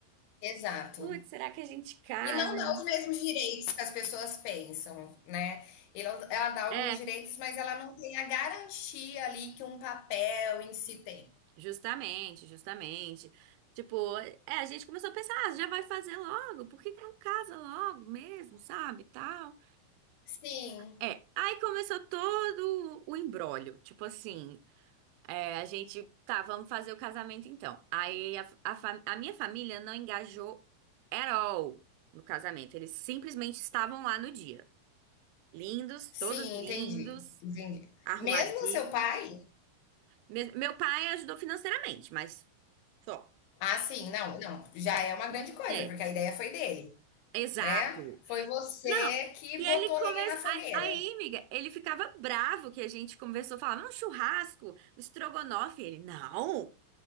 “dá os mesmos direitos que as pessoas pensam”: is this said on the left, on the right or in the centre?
Left